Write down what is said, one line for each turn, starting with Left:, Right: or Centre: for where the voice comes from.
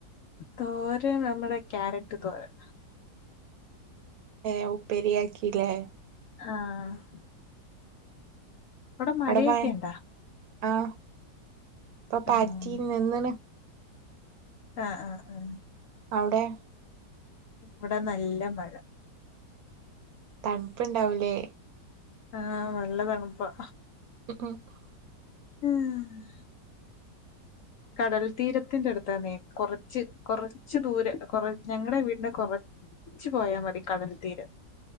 Left: തോരൻ നമ്മടെ ക്യാരറ്റ് തോരൻ
Right: ഏഹ് ഉപ്പേരിയാക്കി ലേ.
Left: ആഹ് അവ്ടെ മഴയൊക്കെ
Right: അവിടെ മ
Left: ണ്ടാ?
Right: ആഹ് പ്പൊ പാറ്റീന്ന്.
Left: ഉം.
Right: നിന്ന്ണ്.
Left: ആഹ് ആഹ് ആഹ്
Right: അവ്ടോ?
Left: ഇവ്ടെ നല്ല മഴ.
Right: തൺപ്പ്ണ്ടാവും ലേ.
Left: ആഹ് നല്ല തണ്പ്പാ.
Right: <inaudible>
Left: ആഹ് കടൽ തീരത്ത്ന്റെ അട്ത്താന്നേ. കൊറച്ച്, കൊറച്ച് ദൂരെ. കൊറ ഞങ്ങടെ വീട്ന്റെ കൊറ ച്ച് പോയാ മതി കടൽ തീരം.